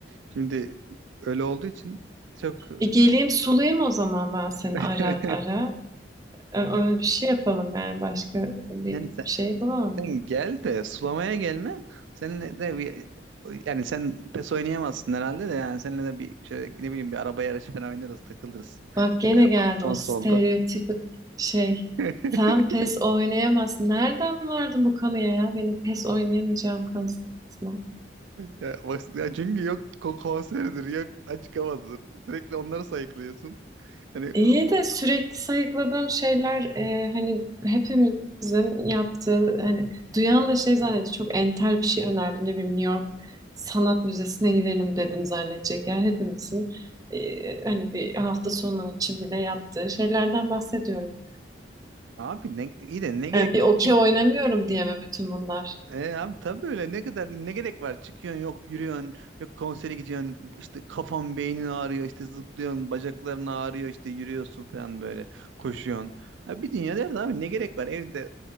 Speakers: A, on the right (about 80°); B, on the right (about 20°).
A: Şimdi öyle olduğu için çok
B: E, geleyim sulayım o zaman ben seni
A: <laughs>
B: ara ara. Ö- Öyle bir şey yapalım yani başka bir
A: yani sen,
B: şey bulamadım.
A: sen gel de sulamaya gelme. Seninle de bir yani sen pes oynayamazsın herhalde de yani seninle de bir şöyle ne bileyim bir araba yarışı falan oynarız takılırız.
B: Bak gene
A: Böyle
B: geldi
A: Konsolda.
B: o stereotipik şey.
A: <laughs>
B: Sen PES oynayamazsın. Nereden vardı bu kanıya ya? Benim PES oynayamayacağım kanısına.
A: Ya, bak, ya çünkü yok ko- konseridir, yok açık havadır. Sürekli onları sayıklıyorsun. Hani
B: İyi
A: o-
B: de sürekli sayıkladığım şeyler e, hani hepimizin yaptığı hani duyan da şey zannetti. Çok entel bir şey önerdim. Ne bileyim New York Sanat Müzesi'ne gidelim dedim zannedecek. Yani hepimizin e, hani bir hafta sonu için bile yaptığı şeylerden bahsediyorum.
A: abi ne, iyi de ne gerek
B: Yani bir
A: var?
B: okey
A: Çık.
B: oynamıyorum diye mi bütün bunlar?
A: E, abi tabii öyle ne kadar ne gerek var? Çıkıyorsun yok yürüyorsun yok konsere gidiyorsun işte kafan beynin ağrıyor işte zıplıyorsun bacakların ağrıyor işte yürüyorsun falan böyle koşuyorsun. Ha, bir dünya derdi abi ne gerek var? Evde